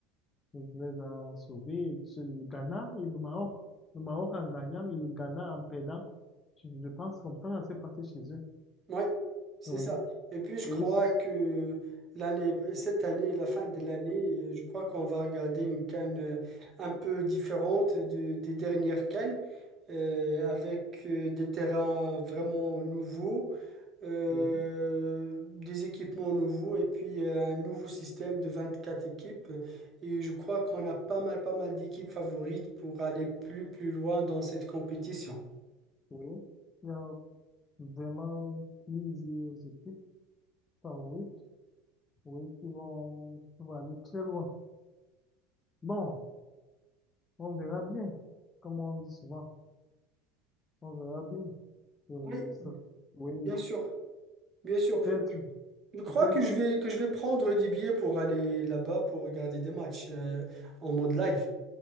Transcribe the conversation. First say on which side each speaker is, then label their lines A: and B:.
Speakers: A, on the left (about 20°); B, on the right (about 30°).
A: les a sauvés, c'est le Ghana et le Maroc. Le Maroc en gagnant et le Ghana en perdant. Je, je pense comme ça, ça s'est passé chez eux.
B: Oui, c'est
A: Oui,
B: ça. Et puis je
A: et,
B: crois
A: c-
B: que l'année, cette année, la fin de l'année, euh, je crois qu'on va regarder une CAN euh, un peu différente de- des dernières CAN euh, avec euh, des terrains vraiment nouveaux euh,
A: oui,
B: des équipements nouveaux et puis euh, un nouveau système de 24 équipes. Et je crois qu'on a pas mal, pas mal d'équipes favorites pour aller plus, plus loin dans cette compétition.
A: oui. Il y a vraiment plusieurs équipes. Favorite, oui, oui, qui vont, qui vont aller très loin. Bon, on verra bien, comme on dit souvent, on verra bien. Euh,
B: Oui,
A: ça- oui,
B: bien sûr, bien sûr.
A: peut-être,
B: Je crois
A: peut-être,
B: que je vais, que je vais prendre des billets pour aller là-bas pour regarder des matchs euh, en mode live.